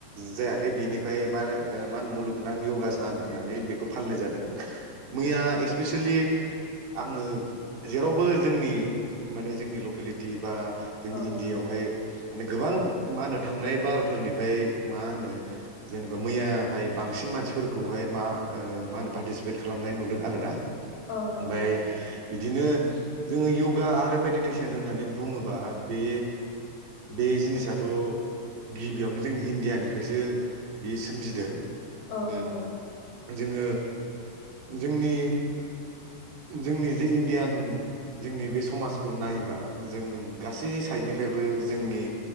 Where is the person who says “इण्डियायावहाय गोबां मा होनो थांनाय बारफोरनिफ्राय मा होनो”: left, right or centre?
Right